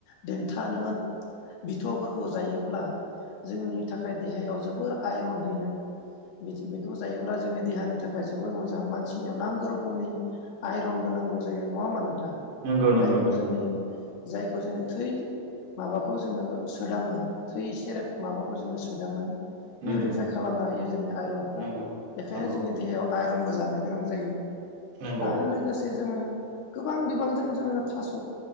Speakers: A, on the left; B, on the right.
A: देन्था नोङो बिथ'फोरखौ जायोब्ला जोंनि थाखाय देहायाव जोबोर आइरन होयो बेखौ जायोब्ला जोंनि देहानि थाखाय जोबोर मोजां मानसिनि नांगौ रोखोमनि आइरनबो नांगौ जायो नङा होम्बा नों
B: नंगौ नंगौ
A: जायखौ
B: नोंथां
A: जोंनि जायखौ जोङो थै माबाखौ जोङो सोदाङो थै एसे माबाखौ जोङो सोदाङो
B: नंगौ
A: इउरिफाइ
B: नंगौ नोंथां नंगौ
A: खालामना होयो जोंनि आइरनफ्रा
B: नंगौ
A: बेखायनो
B: नंगौ
A: जोंनि
B: नंगौ
A: देहायाव आ रनबो जानो गोनां जायो
B: नंगौ
A: आरो लोगोसे जोङो गोबां बिबांजों जोङो थास'